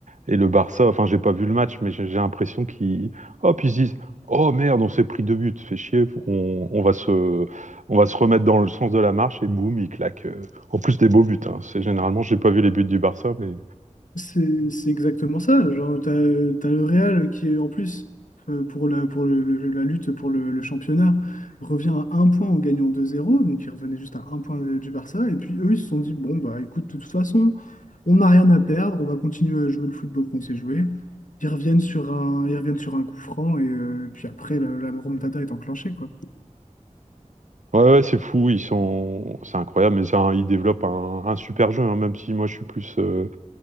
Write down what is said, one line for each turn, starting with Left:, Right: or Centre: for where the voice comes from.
Right: et le Barça, enfin, j'ai pas vu le match, mais j'ai j'ai l'impression qu'ils. Hop, ils se disent. Oh merde, on s'est pris deux buts. Fait chier. On, on va se, on va se remettre dans le sens de la marche. Et boum, ils claquent. euh, En plus des beaux buts. hein. C'est généralement, j'ai pas vu les buts du Barça, mais.
Left: C'est c'est exactement ça. Genre, t'as, t'as le Real qui, est, en plus, euh, pour la, pour le- le- la lutte pour le, le championnat, revient à un point en gagnant deux zéro Donc, il revenait juste à un point de- du Barça. Et puis, eux, ils se sont dit, bon, bah écoute, de toute façon, on n'a rien à perdre. On va continuer à jouer le football qu'on sait jouer. Ils reviennent sur un, ils reviennent sur un coup franc. Et, euh, puis après, la, la remontada est enclenchée, quoi.
Right: Ouais, ouais, c'est fou. Ils sont. C'est incroyable. Mais ça, hein, ils développent un, un super jeu, hein, même si moi, je suis plus. euh,